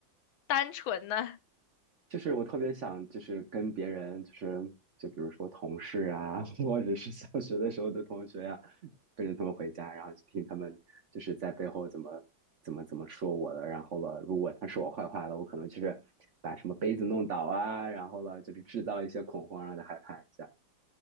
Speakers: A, on the left; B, on the right.
A: 单纯呢。
B: 就是我特别想，就是跟别人，就是就比如说同事啊，<laughs> 或者是小学的时候的同学呀、跟着他们回家，然后就听他们就是在背后怎么怎么怎么说我的，然后了，如果他说我坏话了，我可能就是把什么杯子弄倒啊，然后了，就是制造一些恐慌，让他害怕一下。